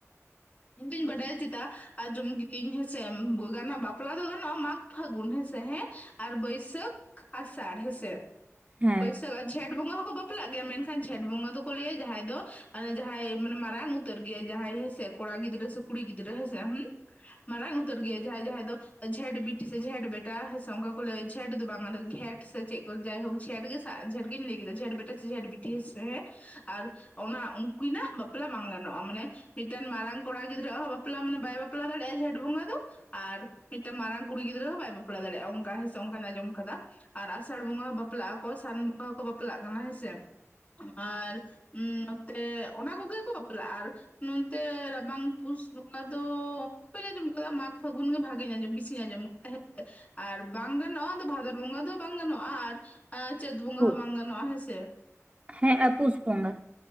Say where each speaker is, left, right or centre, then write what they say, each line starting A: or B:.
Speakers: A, on the left (about 25°); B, on the right (about 25°).
A: ᱤᱧ ᱫᱩᱧ ᱵᱟᱰᱟᱭ ᱪᱮᱫᱟ ᱟᱸᱡᱚᱢ ᱠᱤᱫᱟᱹᱧ ᱦᱮᱸᱥᱮ ᱜᱟᱱᱚᱜᱼᱟ ᱵᱟᱯᱞᱟ ᱫᱚ ᱜᱟᱱᱚᱜᱼᱟ ᱢᱟᱟᱜ ᱯᱷᱟᱹᱜᱩᱱ ᱦᱮᱸᱥᱮ ᱦᱮᱸ ᱟᱨ ᱵᱟᱹᱭᱥᱟᱹᱠᱷ ᱟᱥᱟᱲ ᱦᱮᱸᱥᱮ
B: ᱦᱮᱸ
A: ᱵᱟᱹᱭᱥᱟᱹ ᱡᱷᱮᱴ ᱵᱚᱸᱜᱟ ᱦᱚᱸᱠᱚ ᱵᱟᱯᱞᱟᱜ ᱜᱮᱭᱟ ᱢᱮᱱᱠᱷᱟᱱ ᱡᱷᱮᱴ ᱵᱚᱸᱜᱟ ᱫᱚᱠᱚ ᱞᱟᱹᱭᱟ ᱡᱟᱦᱟᱸᱭ ᱫᱚ ᱡᱟᱦᱟᱸᱭ ᱢᱟᱱᱮ ᱢᱟᱨᱟᱝ ᱩᱛᱟᱹᱨ ᱩᱛᱟᱹᱨ ᱜᱮᱭᱟ ᱡᱟᱦᱟᱸᱭ ᱦᱮᱸᱥᱮ ᱠᱚᱲᱟ ᱜᱤᱫᱽᱨᱟᱹ ᱥᱮ ᱠᱩᱲᱤ ᱜᱤᱫᱽᱨᱟᱹ ᱦᱮᱸᱥᱮ ᱦᱮᱸ ᱢᱟᱨᱟᱝ ᱩᱛᱟᱹᱨ ᱜᱮ ᱡᱟᱦᱟᱸᱭ ᱡᱟᱦᱟᱸᱭ ᱫᱚ ᱡᱷᱮᱸᱴ ᱵᱤᱴᱤ ᱥᱮ ᱡᱷᱮᱸᱴ ᱵᱮᱴᱟ ᱥᱮ ᱚᱱᱠᱟ ᱠᱚ ᱞᱟᱹᱭᱟ ᱡᱷᱮᱸᱴ ᱫᱚ ᱵᱟᱝ ᱠᱟᱱᱟ ᱡᱷᱮᱸᱴ ᱥᱮ ᱪᱮᱫ ᱠᱚ ᱡᱟᱭᱦᱳᱠ ᱡᱷᱮᱴ ᱜᱮᱥ ᱡᱷᱮᱴᱜᱮᱧ ᱞᱟᱹᱭ ᱠᱮᱫᱟ ᱡᱷᱮᱴ ᱵᱤᱴᱴᱤ ᱥᱮ ᱡᱷᱮᱴ ᱵᱤᱴᱤ ᱦᱮᱥᱮ ᱦᱮᱸ ᱟᱨ ᱚᱱᱟ ᱩᱱᱠᱤᱱᱟᱜ ᱵᱟᱯᱞᱟ ᱵᱟᱝ ᱜᱟᱱᱚᱜᱼᱟ ᱢᱟᱱᱮ ᱢᱤᱫᱴᱟᱝ ᱢᱟᱨᱟᱝ ᱠᱚᱲᱟ ᱜᱤᱫᱽᱨᱟᱹᱣᱟᱜ ᱦᱚᱸ ᱵᱟᱯᱞᱟ ᱢᱟᱱᱮ ᱵᱟᱭ ᱵᱟᱯᱞᱟ ᱫᱟᱲᱮᱭᱟᱜᱼᱟ ᱡᱷᱮᱴ ᱵᱚᱸᱜᱟ ᱫᱚ ᱟᱨ ᱢᱤᱫᱴᱟᱝ ᱢᱟᱨᱟᱝ ᱠᱩᱲᱤ ᱜᱤᱫᱽᱨᱟᱹ ᱦᱚᱸ ᱵᱟᱭ ᱵᱟᱯᱞᱟ ᱫᱟᱲᱮᱭᱟᱜᱼᱟ ᱚᱱᱠᱟ ᱦᱮᱸ ᱥᱮ ᱚᱱᱠᱟᱧ ᱟᱸᱡᱚᱢ ᱠᱟᱫᱟ ᱟᱨ ᱟᱥᱟᱲ ᱵᱚᱸᱜᱟ ᱦᱚᱸ ᱵᱟᱯᱞᱟᱜ ᱟᱠᱚ ᱥᱟᱱ ᱵᱚᱸᱜᱟ ᱦᱚᱸᱠᱚ ᱵᱟᱯᱞᱟᱜ ᱠᱟᱱᱟ ᱦᱮᱸᱥᱮ ᱟᱨ ᱱᱚᱛᱮ ᱚᱱᱟ ᱠᱚᱜᱮ ᱠᱚ ᱵᱟᱯᱞᱟᱜᱼᱟ ᱟᱨ ᱛᱮ ᱨᱟᱵᱟᱝ ᱯᱩᱥ ᱵᱚᱸᱜᱟ ᱫᱚ ᱵᱟᱹᱧ ᱟᱸᱚᱢ ᱠᱟᱫᱟ ᱢᱟᱜᱽ ᱯᱷᱟᱹᱜᱩᱱ ᱜᱮ ᱵᱷᱟᱜᱤᱧ ᱟᱸᱡᱚᱢ ᱵᱤᱥᱤᱧ ᱟᱸᱚᱢᱫᱟᱸ ᱟᱨ ᱵᱟᱝ ᱜᱟᱱᱚᱜᱼᱟ ᱟᱫᱚ ᱵᱷᱟᱫᱚᱨ ᱵᱚᱸᱜᱟ ᱫᱚ ᱵᱟᱝ ᱜᱟᱱᱚᱜᱼᱟ ᱟᱨ ᱪᱟᱹᱛ ᱵᱚᱸᱜᱟ
B: ᱯᱩᱥ
A: ᱦᱚᱸ ᱵᱟᱝ ᱜᱟᱱᱚᱜᱼᱟ ᱦᱮᱸᱥᱮ?
B: ᱦᱮᱸ ᱟᱯᱩᱥ ᱵᱚᱸᱜᱟ